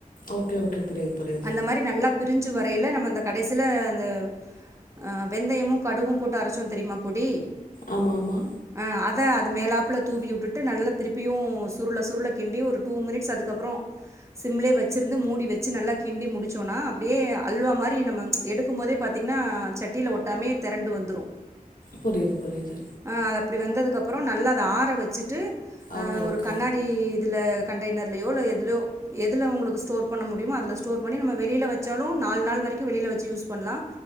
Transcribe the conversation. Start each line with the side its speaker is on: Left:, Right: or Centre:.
Left: ஓகே ஓகே புரியுது புரியுது
Right: அந்த மாரி நல்லா பிரிஞ்சி வரையில நம்ம அந்த கடைசில அந்த அ வெந்தயமு கடுகு போட்டு அரச்சோ தெரியுமா பொடி
Left: ஆமாமா
Right: ஆ அத அது மேலாப்ல தூவி வுட்டுட்டு நல்லா திருப்பியு சுருள சுருள கிண்டி ஒரு டூ மினிட்ஸ் அதுக்கப்றோ சிம்லே வச்சிருந்து மூடி வெ ச்சி நல்லா கிண்டி முடிச்சோனா அப்டியே அல்வா மாரி நம்ம எடுக்கு போதே பாத்தீங்னா சட்டியில ஒட் டாமே தெரண்டு வந்துரு
Left: புரியுது புரியுது
Right: அ அது அப்டி வந்ததுக்கு அப்புறோ நல்லா அத ஆற வச்சிட்டு அ
Left: ஓகே
Right: ஒரு
Left: ஓகே
Right: கண்ணாடி இதுல கண்டைனர்லயோ இல்ல எதுல்யோ எதுல உங்களுக்கு ஸ்டோர் பண்ண மு டியுமோ அதுல ஸ்டோர் பண்ணி நம்ம வெளியில வச்சாலு நாள் நாள் வரைக்கு வெளியில வச்சி யூஸ் பண்லா